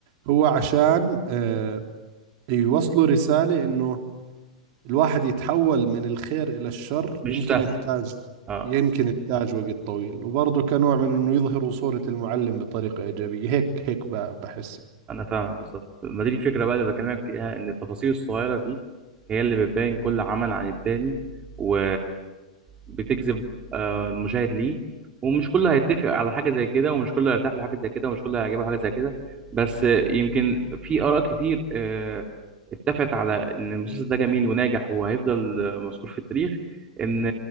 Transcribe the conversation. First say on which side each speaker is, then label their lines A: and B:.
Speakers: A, on the right; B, on the right.
A: هو عشان آه يوصلوا رسالة انه الواحد يتحول من الخير إلى الشر
B: مش
A: يمكن
B: سهل
A: يحتاج
B: اه
A: يمكن يحتاج وقت طويل وبرضه كنوع من إنه يظهروا صورة المعلم بطريقة إيجابية هيك هيك ب- بحس
B: انا فاهمك بالظبط ما دي الفكره بقى اللي بكلمك فيها ان التفاصيل الصغيره دي هي اللي بتبين كل عمل عن التاني و... وبتجذب آه، المشاهد ليه ومش كله هيتفق على حاجه زي كده ومش كله هيرتاح لحاجه زي كده ومش كله هيعجبه حاجه زي كده بس آه، يمكن في اراء كتير آه، اتفقت على ان المسلسل ده جميل وناجح وهيفضل آه، مذكور في التاريخ ان